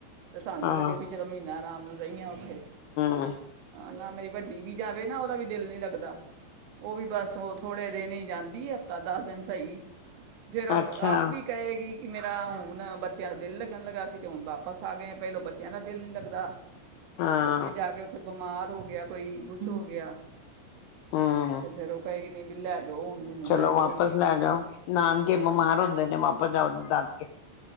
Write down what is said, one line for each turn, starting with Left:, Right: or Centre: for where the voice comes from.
Right: ਤੇ ਸਾਨੂੰ
Left: ਹਾਂ
Right: ਵੀ ਲੱਗੇ ਵੀ ਚਲੋ ਮਹੀਨਾ ਆਰਾਮ ਰਹੀਆਂ ਉੱਥੇ
Left: ਅ
Right: ਨਾ ਮੇਰੀ ਵੱਡੀ ਵੀ ਜਾਵੇ ਨਾ ਉਹਦਾ ਵੀ ਦਿਲ ਨੀ ਲੱਗਦਾ। ਉਹ ਵੀ ਬਸ ਉਹ ਥੋੜੇ ਦਿਨ ਈ ਜਾਂਦੀ ਐ ਹਫ਼ਤਾ ਦਸ ਦਿਨ ਈ ਸਈ। ਫਿਰ ਅ
Left: ਅੱਛਾ
Right: ਆਪ ਵੀ ਕਹੇਗੀ ਕਿ ਮੇਰਾ ਹੁਣ ਬੱਚਿਆਂ ਦਾ ਦਿਲ ਲੱਗਣ ਲੱਗਾ ਸੀ ਤੇ ਹੁਣ ਵਾਪਸ ਆ ਗਏ ਪਹਿਲੋਂ ਬੱਚਿਆਂ ਦਾ ਦਿਲ ਨੀ ਲੱਗਦਾ
Left: ਹਾਂ
Right: ਬੱਚੇ ਜਾ ਕੇੇ ਬਿਮਾਰ ਹੋ ਗਿਆ ਕੋਈ, ਕੁਛ ਹੋ ਗਿਆ
Left: ਹਮ
Right: ਤੇ ਫੇਰ ਉਹ ਕਹੇ ਗੀ ਨਹੀਂ ਬਈ ਲੈ ਜਾਓ ਹੁਣ ਮੈਨੂੰ
Left: ਚਲੋ
Right: ਲੈ ਜਾਓ
Left: ਵਾਪਸ ਲੈ ਜਾਓ ਨਾਨਕੇ ਬਿਮਾਰ
Right: ਹਾਂ
Left: ਹੁੰਦੇ ਨੇ ਵਾਪਸ ਜਾਓ ਦਾਦਕੇ